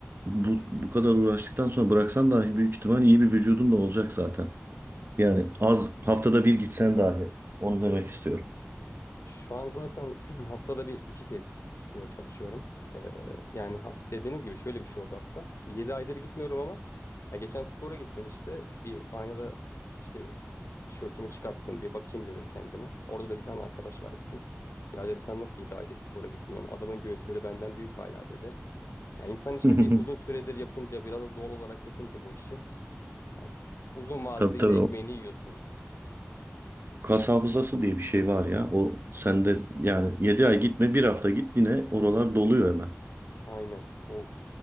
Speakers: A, on the right; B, on the left.
A: bu, bu kadar uğraştıktan sonra bıraksan dahi büyük ihtimal iyi bir vücudun da olacak zaten. Yani az haftada bir gitsen dahi onu demek istiyorum.
B: Şu an zaten <clears throat> haftada bir iki kez gitmeye çalışıyorum. Ee, yani ha- dediğiniz gibi şöyle bir şey oldu hatta. yedi aydır gitmiyorum ama ya geçen spora gittim işte. Bir aynada işte tişörtümü çıkarttım bir bakayım dedim kendime. Orada da bir tane arkadaş var bizim. Ya dedi sen nasıl 7 aydır spora gitmiyorsun? Adamın göğüsleri benden büyük hala dedi. Ya insan işte
A: <laughs>
B: bir uzun süredir yapınca, biraz da doğal olarak yapınca bu işi, ya uzun vadede
A: Tabii
B: yine
A: tabii
B: ekmeğini
A: o
B: yiyorsun.
A: kas hafızası diye bir şey var ya. O sende yani 7 ay gitme bir hafta git yine oralar doluyor hemen.
B: Aynen. O